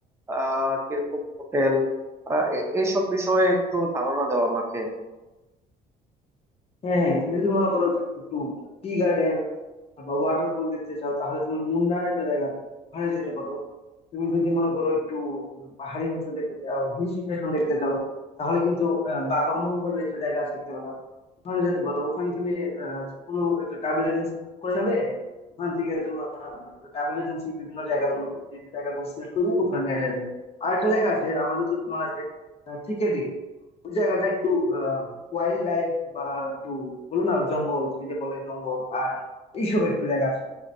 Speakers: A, on the right; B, on the left.
A: আহ কিরকম হোটেল এইসব বিষয়ে একটু ধারণা দাও আমাকে
B: হ্যাঁ, হ্যাঁ, তুমি যদি মনে করো একটু টি গার্ডেন বা ওয়াটারফল দেখতে চাও তাহলে তুমি মুন্নার একটা জায়গা আছে ওখানে যেতে পারো তুমি যদি মনে করো একটু উম, পাহাড়ি অঞ্চল দেখতে চাও হিল স্টেশন দেখতে চাও তাহলে কিন্তু আহ, বাগামন বলে একটা জায়গা আছে কেননা ওখানে যেতে পারো ওখানে তুমি আহ, যে কোনো একটা ট্রাভেল এজেন্সি বুক করে নেবে ওখান থেকে তোমার ট্রাভেল এজেন্সি বিভিন্ন জায়গাগুলো যে জায়গাগুলো সিলেক্ট করবে ওখানে নিয়ে যাবে আর একটা জায়গা আছে আমাদের তো মনে আছে টিকেডি ওই জায়গাটা একটু আহ ওয়াইল্ড লাইফ বা একটু বলো না জঙ্গল তুমি যে বলে জঙ্গল পার্ক এইসব একটু জায়গা আছে